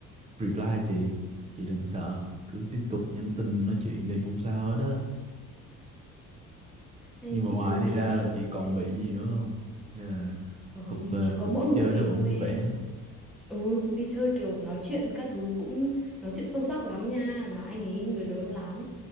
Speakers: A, on the right; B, in the centre.
A: reply chị chị đừng sợ cứ tiếp tục nhắn tin nói chuyện đi không sao hết đó
B: Hay
A: nhưng mà
B: chị
A: ngoài
B: thử
A: này
B: đi
A: ra
B: xem
A: là chị còn
B: đấy.
A: bị gì nữa không hay là
B: Không,
A: cuộc ờ,
B: chỉ có
A: cuộc
B: mỗi
A: đi
B: một
A: chơi
B: cái đấy
A: nó vẫn
B: thôi
A: vui
B: em.
A: vẻ
B: Ừ, đi chơi kiểu nói chuyện các thứ cũng nói chuyện sâu sắc lắm nha, mà anh ấy người lớn lắm.